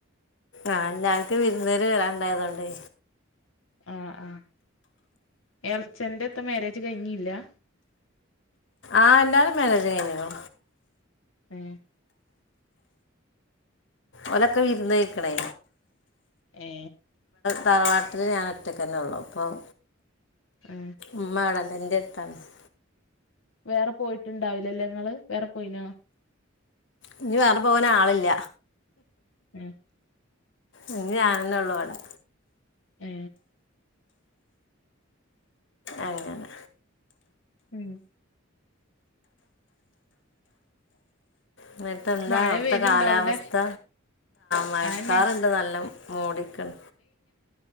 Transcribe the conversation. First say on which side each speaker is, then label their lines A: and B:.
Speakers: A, on the left; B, on the left.
A: ആ അല്ല അങ്ങക് വിരുന്തുകാര് വരാനുണ്ടായിരുന്നകൊണ്ടേ
B: ആഹ് ആഹ് ഏർചെല്ന്റെക്ക് മാര്യേജ് കഴിഞ്ഞില്ലാ
A: ആ എല്ലാരും മാര്യേജ് കഴിഞ്ഞു
B: ഏ
A: ഓലൊക്കെ വിരുന്ത് യേക്കണെ
B: ഏ
A: തറവാട്ടില് ഞാൻ ഒറ്റക്കന്നെ ഉള്ളു അപ്പം
B: ഏ
A: മ്മാടെ നെഞ്ച് താമസ്
B: വെറെ പോയിട്ട് ഇണ്ടാവുലലെ ഇങ്ങൾ വെറെ പോയിനൊ
A: ഇഞ്ഞ് വേറെ പോവാൻ ആളില്ല
B: ഉം
A: ഇഞ്ഞ് ഞാനെന്നെ ഒള്ളു ഇവടെ
B: ഏ
A: അങ്ങനെ
B: ഉം
A: ഇന്നട്ട് എന്താ
B: മഴ
A: അവ്ട്ത്തെ
B: വരുണ്ടോ
A: കാലവസ്ഥ
B: അവിടെ
A: മഴക്കാർ
B: അയെന്നെ
A: ഇണ്ട് നല്ല മൂടിക്ക്ണ്